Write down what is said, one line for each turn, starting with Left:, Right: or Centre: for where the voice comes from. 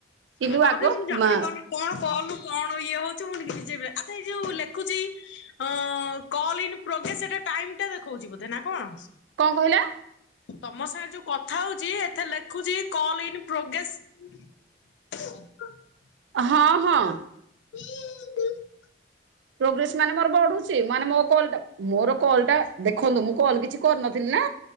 Right: କିନ୍ତୁ
Left: ହଁ
Right: ଆଗ
Left: ଯେ ମୁଁ ଜାଣିପାରୁନି
Right: ମା
Left: କଣ କଅଲୁ କଣ ଇଏ ହଉଛୁ ମୁଁ ନିଜେ ବି ଜାଣି ଆଛା ଏ ଯୋଉ ଲେଖ ଲେଖୁଛି ଅଁ ଅଁ କଲ୍ ଇନ ପ୍ରୋଗେସ ସେଟା ଟାଇମ ଟା ଦେଖଉଛି ବୋଧେ ନା କଣ?
Right: କଣ କହିଲା।
Left: ତମ ସାଙ୍ଗରେ ଯୋଉ କଥା ହଉଛି ଏଥିରେ ଲେଖୁଛି କଲ ଇନ ପ୍ରୋଗେସ। <inaudible>
Right: ହଁ ହଁ।
Left: <unintelligible>
Right: ପ୍ରୋଗ୍ରେସମାନେ ମୋର ବଢୁଛି ମାନେ ମୋ କଲଟା ମୋର କଲଟା ଦେଖନ୍ତୁ ମୁଁ କଲ୍ କିଛି କରିନଥିଲି ନା।